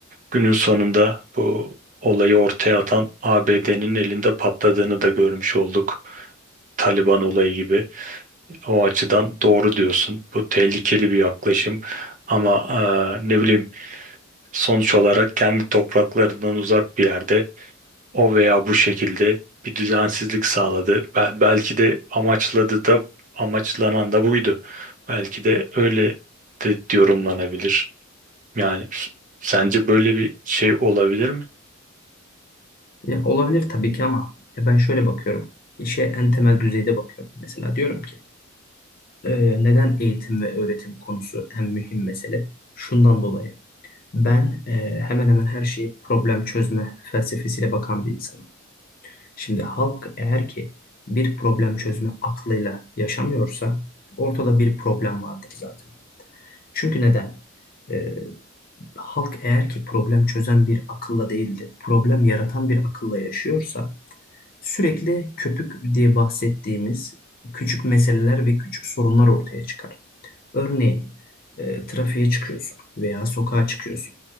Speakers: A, on the right (about 40°); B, on the left (about 45°).
A: günün sonunda bu olayı ortaya atan ABD'nin elinde patladığını da görmüş olduk. Taliban olayı gibi. O açıdan doğru diyorsun. Bu tehlikeli bir yaklaşım. Ama eee, ne bileyim sonuç olarak kendi topraklarından uzak bir yerde o veya bu şekilde bir düzensizlik sağladı. Bel- belki de amaçladı da amaçlanan da buydu. Belki de öyle de yorumlanabilir. Yani s- sence böyle bir şey olabilir mi?
B: Ya, olabilir tabii ki ama ya ben şöyle bakıyorum. İşe en temel düzeyde bakıyorum. Mesela diyorum ki e, neden eğitim ve öğretim konusu en mühim mesele? Şundan dolayı. Ben e, hemen hemen her şeyi problem çözme felsefesiyle bakan bir insanım. Şimdi halk eğer ki bir problem çözme aklıyla yaşamıyorsa ortada bir problem vardır zaten. Çünkü neden? Ee, halk eğer ki problem çözen bir akılla değil de problem yaratan bir akılla yaşıyorsa sürekli köpük diye bahsettiğimiz küçük meseleler ve küçük sorunlar ortaya çıkar. Örneğin e, trafiğe çıkıyorsun veya sokağa çıkıyorsun.